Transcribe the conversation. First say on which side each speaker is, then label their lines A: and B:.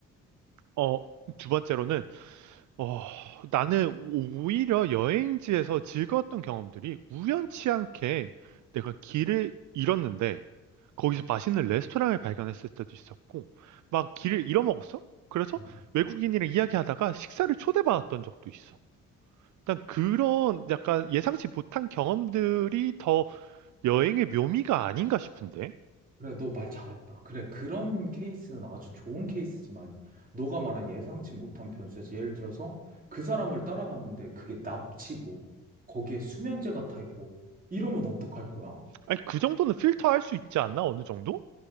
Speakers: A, on the right; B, on the right.
A: 어 두 번째로는 어, 나는 오히려 여행지에서 즐거웠던 경험들이 우연치 않게 내가 길을 잃었는데 거기서 맛있는 레스토랑을 발견했을 때도 있었고 막 길을 잃어먹었어? 그래서
B: 음.
A: 외국인이랑 이야기하다가 식사를 초대받았던 적도 있어. 난 그런 약간 예상치 못한 경험들이 더 여행의 묘미가 아닌가 싶은데?
B: 그래, 너 말 잘했다. 그래, 그런 케이스는 아주 좋은 케이스지만, 너가 말한 예상치 못한 변수에서 예를 들어서 그 사람을 따라갔는데 그게 납치고, 거기에 수면제가 타 있고, 이러면 어떡할 거야?
A: 아니, 그 정도는 필터할 수 있지 않나? 어느 정도?